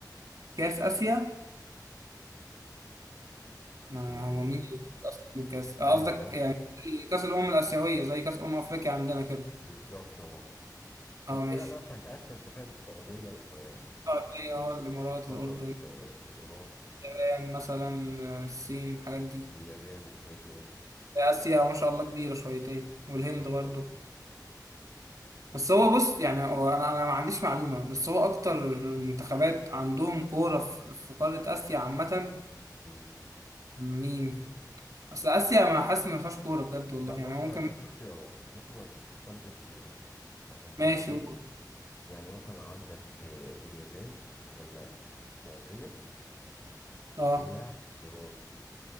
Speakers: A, on the right; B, on the left.
A: كاس اسيا
B: ايوه
A: ما هو مين اللي بياخد اصلا كاس آه،
B: سهل
A: قصدك
B: اهو
A: يعني كاس الامم الاسيويه زي كاس امم افريقيا عندنا كده
B: بالظبط اهو
A: اه
B: الفرقة
A: ماشي
B: بقى بتاعت آسيا أنت فاهم السعودية و...
A: السعوديه اه الامارات
B: وقطر
A: الاردن
B: و... وإيران
A: اليابان مثلا آه، الصين الحاجات دي
B: واليابان والحاجات دي اه
A: اسيا ما شاء الله كبيره شويتين
B: بالظبط
A: والهند برضو
B: اه
A: بس هو بص يعني هو انا انا ما عنديش معلومه بس هو اكتر المنتخبات عندهم كوره في في قاره اسيا عامه
B: مم.
A: مين اصل اسيا ما حاسس إن ما فيهاش كوره بجد والله
B: لا بص
A: يعني ممكن
B: أنا أديك اختيارات ممكن أديك ثلاث اختيارات عشان برضو
A: ماشي
B: إيه
A: قول.
B: يعني مثلا عندك آه، اليابان ولا السعودية ولا
A: اه
B: إيران